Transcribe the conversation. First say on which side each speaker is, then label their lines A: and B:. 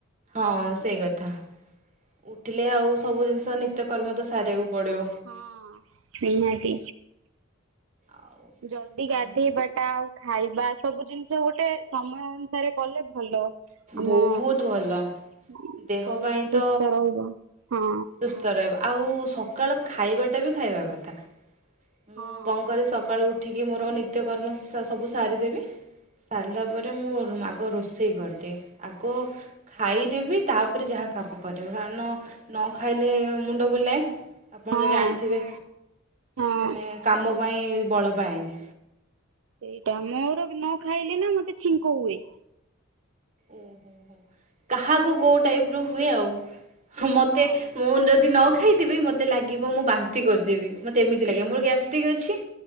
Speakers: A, on the right; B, on the right.
A: ହଁ ସେଇ କଥା ଉଠିଲେ ଆଉ ସବୁ ଜିନିଷ ନିତ୍ୟକର୍ମ ତ ସାରିବାକୁ। ପଡିବ
B: ହଁ ନିହାତି।
A: ଆଉ
B: ଜଲଦି ଗାଧେଇବା
A: ଆମ
B: ଟା ଆଉ ଖାଇବା ସବୁ ଜିନିଷ ଗୋଟେ ସମୟ ଅନୁସାରେ କଲେ ଭଲ। ଆମ
A: ବହୁତ ଭଲ
B: ଶରୀର
A: ଦେହ ପାଇଁ ତ
B: ସୁସ୍ଥ ରହିବ ହଁ।
A: ସୁସ୍ଥ ରହିବା ଆଉ ସକାଳ ଖାଇବାଟା ବି ଖାଇବା କଥା। ମୁଁ
B: ହଁ।
A: କଣ କରେ ସକାଳୁ ଉଠିକି ମୋର ନିତ୍ୟ କର୍ମ ସବୁ ସାରିଦେବି। ସାରିଲା ପରେ ମୋର ମୁ ଆ- ଆଗ ରୋଷେଇ କରିଦିଏ ଆଗ ଖାଇଦେବି ତାପରେ ଯାହା କାମ କରିବି କାରଣ। ନ ଖାଇଲେ ମୁଣ୍ଡ ବୁଲାଏ। ଆପଣ
B: ହଁ
A: ତ ଜାଣିଥିବେ
B: ହଁ
A: ମାନେ କାମ ପାଇଁ ବଳ ପାଏନି
B: ସେଇଟା ମୋର ନ ଖାଇଲେ ନା ମତେ ଛିଙ୍କ ହୁଏ।
A: ଓହୋ ହୋ କାହାକୁ କୋଉଟାଇପ ହୁଏ ଆଉ ମତେ
B: ହଁ
A: ମୁ ଯଦି ନ ଖାଇ ଖାଇଥିବି ମୋତେ ଲାଗିବ ମୁଁ ବାନ୍ତି କରିଦେବି ମତେ ଏମିତି ଲାଗେ
B: ଏ
A: ମୋର
B: ମା
A: ଗ୍ୟାସଟିକ ଅଛି